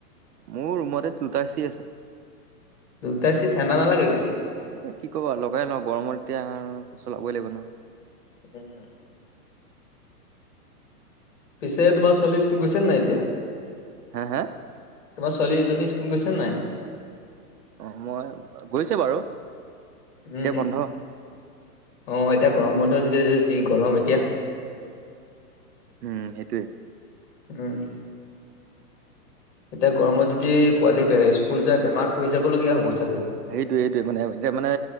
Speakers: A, on the right; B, on the left.
A: মোৰ ৰুমতে দুটা এচি আছে।
B: দুটা এচি ঠাণ্ডা নালাগে বেছি।
A: এ কি কবা, লগাই লওঁ গৰমত এতিয়া আৰু চলাবৈ লাগিব ন?
B: উম। পিছে তোমাৰ ছোৱালি স্কুল গৈছে নাই এতিয়া?
A: সা?
B: ছোৱালী জনী স্কুল গৈছে নাই?
A: অ', মই গৈছে বাৰু। এতিয়া
B: উম।
A: বন্ধ
B: অ', এতিয়া গৰম বন্ধ যে যি গৰম এতিয়া।
A: উম, সেইটোৱে।
B: উম। এতিয়া গৰমত যদি পোৱালি স্কুল যাই বেমাৰত পৰি যাবলগীয়া হব। চাগৈ।
A: সেইটোৱেই সেইটোৱে মানে এতিয়া মানে